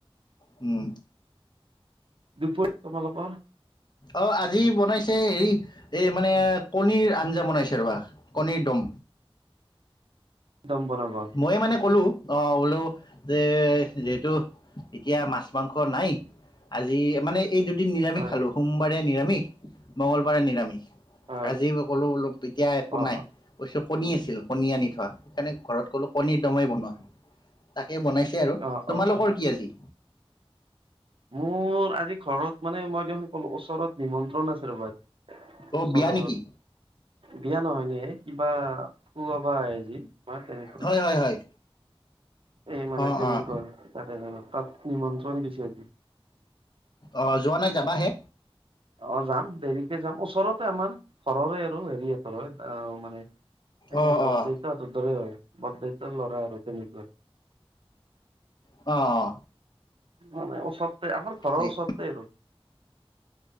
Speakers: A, on the left; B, on the right.
A: উম
B: দপ তোমালোকৰ
A: অ আজি বনাইছে হেৰি এই মানে কণীৰ আঞ্জা বনাইছে ৰবা কণীৰ দম
B: দম বনাব
A: মইয়ে মানে ক'লো অ বোলো যে ত এতিয়া মাছ মাংস নাই আজি মানে এই দুদিন নিৰামিষ
B: হয়
A: খালো সোমবাৰে নিৰামিষ মঙ্গলবাৰে নিৰামিষ
B: হয়
A: আজি কলো অলপ এতিয়া একো
B: অ অ
A: নাই কণী আছিল কণী আনি থোৱা সেইকাৰণে ঘৰত ক'লো কণীৰ দমাই বনোৱা তাকে বনাইছে আৰু
B: অ
A: তোমালোকৰ
B: অ অ
A: কি আজি
B: মোৰ আজি ঘৰত মানে মই দেখোন ক'লো ওচৰত নিমন্ত্ৰণ আছে ৰ'ব আজি
A: অঁ
B: ওচৰৰ
A: বিয়া নেকি
B: বিয়া নহয় ন কিবা খুুৱাবা আহ যি তোমাৰ তেনেকুৱা
A: হয় হয় হয়
B: এই মানে
A: অঁ
B: তেনেকুৱা
A: অঁ
B: তাতে জানো তাত নিমন্ত্ৰণ দিছে
A: অ যোৱা নাই যাবাহে
B: অ যাম দেৰিকে যাম ওচৰতে আমাৰ ঘৰৰে আৰু হেৰি হয় মানে
A: অঁ
B: এ বৰদেউতা
A: অঁ
B: হতৰ দৰে হয় বৰদেউতাৰ ল'ৰা আৰু তেনেকৈ
A: অ অ
B: মানে ওচৰতে আমাৰ
A: ভালেই
B: ঘৰৰ ওচৰততে আৰু